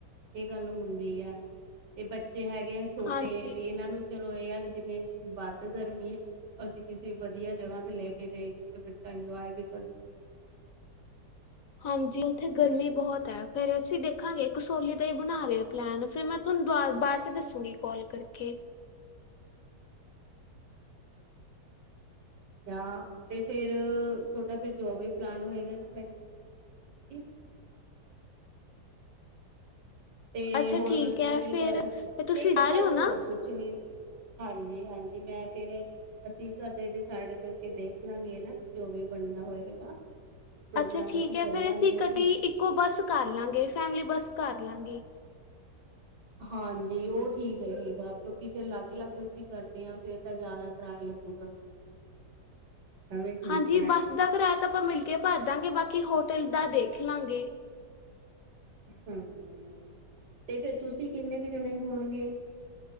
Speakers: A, on the right (about 80°); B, on the left (about 65°).
A: ਇਹ ਗੱਲ ਹੁੰਦੀ ਹਾ, ਤੇ ਬੱਚੇ ਹੈਗੇ ਆ ਛੋਟੇ
B: ਹਾਂਜੀ
A: ਵੀ ਇਹਨਾਂ ਨੂੰ। ਚਲੋ ਇਹ ਆ ਵੀ ਜਿਵੇਂ, ਵੱਧ ਗਰਮੀ। ਅਸੀਂ ਕਿਸੇ ਵਧੀਆ ਜਗ੍ਹਾ ਤੇ ਲੈ ਕੇ ਗਏ। <unintelligible>
B: ਹਾਂਜੀ ਉੱਥੇ ਗਰਮੀ
A: ਇਹ ਹੈ
B: ਬਹੁਤ ਹੈ, ਫੇਰ ਅਸੀਂ ਦੇਖ। ਰਖਾਂਗੇ ਕਸੋਲੀ ਦਾ ਹੀ ਬਣਾ ਰਹੇ ਹਾ ਪਲੈਨ, ਫਿਰ ਮੈਂ ਤੁਹਾਨੂੰ ਦੁ ਬਾਅਦ ਚ ਦੱਸੂੰਗੀ ਕਾਲ ਕਰਕੇ।
A: ਜਾਂ, ਤੇ ਫਿਰ- ਤੋਡਾ ਫੇਰ ਜੋ ਵੀ ਪਲੈਨ ਹੋਏਗਾ ਨਾ ਮੈਨੂੰ <unintelligible> ਤੇ,
B: ਅੱਛਾ
A: ਹੋਰ
B: ਠੀਕ
A: ਦੱਸੋ
B: ਹੈ
A: ਕੀ
B: ਫਿਰ
A: ਕਰ,
B: ਤੁਸੀਂ
A: ਤੇ ਏਕ
B: ਜਾ
A: ਗੱਲ
B: ਰਹੇ ਹੋ ਨਾ
A: ਹੋਰ ਪੁੱਛਣੀ। ਹਾਂਜੀ, ਹਾਂਜੀ ਮੈਂ ਫੇਰ ਅਸੀਂ ਘਰ ਦੇ ਡਿਸਾਈੜ ਕਰਕੇ ਦੇਖ ਲਾਂਗੇ ਨਾ, ਜੋ ਵੀ ਬਨਦਾ ਹੋਏਗਾ। ਪ੍ਰੋਗਰਾਮ,
B: ਅੱਛਾ ਠੀਕ
A: ਅਸੀਂ
B: ਹੈ
A: ਚੱਲਾਂਗੇ।
B: ਫਿਰ ਅਸੀਂ ਇਕੱਠੇ ਹੀ ਇੱਕੋ ਬੱਸ ਕਾਰ ਲਾਂਗੇ, ਫੈਮਲੀ ਬੱਸ ਕਾਰ ਲਾਂਗੇ।
A: ਹਾਂਜੀ, ਓ ਠੀਕ ਰਹੇਗਾ, ਕੇਓਕਿ ਜੇ ਅਲੱਗ-ਅਲੱਗ ਅਸੀਂ ਕਰਦੇ ਆਂ, ਫੇਰ ਤਾਂ ਜਾਦਾ ਕਿਰਾਏਆ ਲੱਗੂਗਾ। <inaudible> ਠੀਕ
B: ਹਾਂਜੀ,
A: ਹੈ
B: ਬੱਸ ਦਾ ਕਰਾਏਆ ਤਾਂ ਆਪਾਂ ਮਿਲ ਕੇ ਭਰ ਦਾਂਗੇ, ਬਾਕੀ ਹੋਟਲ ਦਾ ਦੇਖ ਲਾਂਗੇ।
A: ਹੂੰ, ਤੇ ਫੇਰ ਤੁਸੀ ਕਿੰਨੇ ਕ ਜਣੇ ਹੋਣਗੇ?